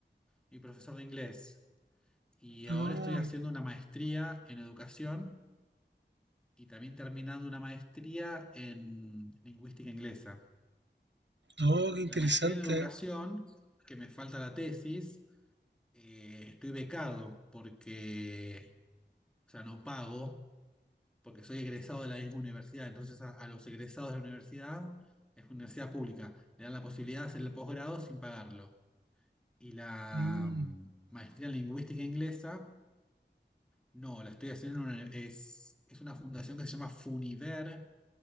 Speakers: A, in the centre; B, on the right.
A: y profesor de inglés, y ahora
B: No.
A: estoy haciendo una maestría en educación y también terminando una maestría en lingüística inglesa.
B: Oh, qué interesante.
A: La maestría en educación, que me falta la tesis, eh, estoy becado porque, o sea, no pago, porque soy egresado de la misma universidad. Entonces, a, a los egresados de la universidad, es una universidad pública, le dan la posibilidad de hacer el posgrado sin pagarlo. Y la
B: Mm,
A: mm, maestría en lingüística inglesa, no, la estoy haciendo en una, es, es una fundación que se llama Funiver.